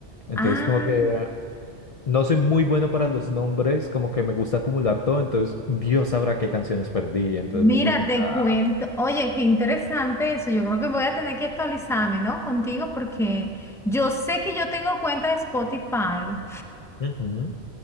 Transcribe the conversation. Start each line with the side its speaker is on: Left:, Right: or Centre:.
Left: Entonces,
Centre: Ah,
Left: como que no soy muy bueno para los nombres, como que me gusta acumular todo, entonces Dios sabrá qué canciones perdí. Entonces,
Centre: mira,
Left: es como,
Centre: te
Left: ah,
Centre: cuento. Oye, qué interesante eso. Yo creo que voy a tener que actualizarme, ¿no? Contigo porque yo sé que yo tengo cuenta de Spotify,
Left: ujú,